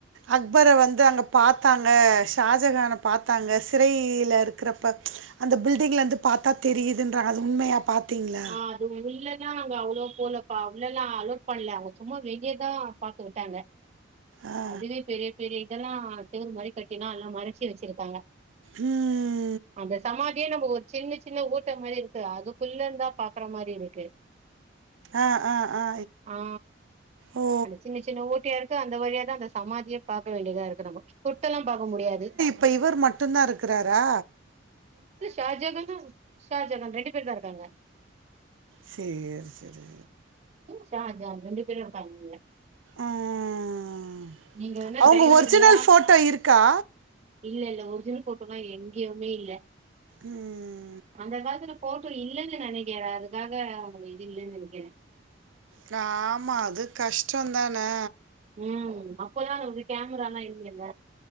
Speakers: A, on the right; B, on the right.
A: அக்பர வந்து அங்க பாத்தாங்க ஷாஜகான பாத்தாங்க சிறை யில இருக்றப்ப அந்த பில்டிங்ல இருந்து பாத்தா தெரியுதுன்றாங்க அது உண்மையா பாத்தீங்ளா
B: ஆ அது உள்ளதா அங்க அவ்ளோ போலப்பா உள்ளல்லா அலோ பண்ல அவங்க சும்மா வெகியதா பாக்க விட்டாங்க
A: ஆ
B: அதுவே பெரிய பெரிய இதெல்லா செவுறு மாரி கட்டினா எல்லா மறச்சி வெச்சிருக்காங்க
A: உம்
B: அந்த சமாதியே நம்ப ஓர் சின்ன சின்ன ஓட்ட மாரி இருக்கு அதுக்குள்ள இந்தா பாக்குற மாரி இருக்கு
A: ஆ ஆ ஆ
B: ஆ
A: ஓ
B: அந்த சின்ன சின்ன ஓட் ட்டியா இருக்கு அந்த வழியா தா அந்த சமாதியே பாக்க வேண்டியதா இருக்கு நம்ம தொட்டெல்லா பாக்க முடியாது
A: ப்ப இவர் மட்டுன்தா இருக்குறாரா
B: இ ஷாஜகானா ஷாஜகான் ரெண்டு பேர் தா இருக்காங்க
A: சேரி சேரி
B: ஷாஜான் ரெண்டு பேரு இருக்காங்க உள்ள
A: ம்
B: நீங்க என்ன
A: அவங்க
B: டைம்
A: ஒரிஜினல்
B: இருந்தா
A: ஃபோட்டோ இருக்கா
B: இல்ல இல்ல ஒர்ஜினல் ஃபோட்டோலா எங்கயுமே இல்ல
A: உம்
B: அந்த காலத்துல ஃபோட்டோ இல்லன்னு நெனைக்கிறே அதுக்காக அதுல இது இல்லன்னு நெனைக்கிறே
A: காமா அது கஷ்டோதானே
B: உம் அப்பதான ஒரு கேமராலா இல்லியல்ல